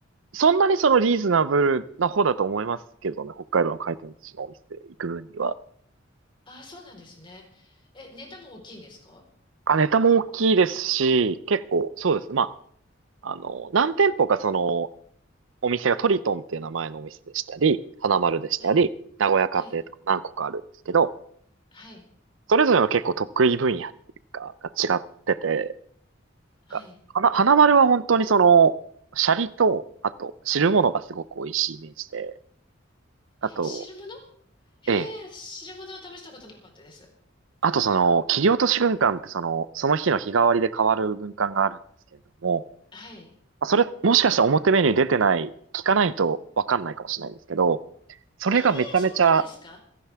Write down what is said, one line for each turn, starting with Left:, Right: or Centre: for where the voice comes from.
Right: そんなにそのリーズナブルな方だと思いますけどね、北海道の回転寿司のお店行く分には。
Left: <laughs> ああ、そうなんですね。え、ネタも大きいんですか
Right: あ、ネタも大きいですし、結構、そうですね。まあ、あの、何店舗かその、お店がトリトンっていう名前のお店でしたり、花丸でしたり、
Left: はい、
Right: 名古屋家庭とか何個かあるんですけど、
Left: はい、はい、
Right: それぞれの結構得意分野っていうか、が違ってて、
Left: はい。
Right: が花、花丸は本当にその、シャリと、あと、汁物がすごく美味しいイメージで、あと、
Left: 汁物へえ、
Right: ええ、
Left: 汁物を試したことなかったです。
Right: あとその、切り落とし軍艦ってその、その日の日替わりで変わる軍艦があるんですけれども、
Left: はい。
Right: まあそれ、もしかしたら表メニューに出てない、聞かないとわかんないかもしれないんですけど、それがめちゃめちゃ
Left: ええ、そうなんですか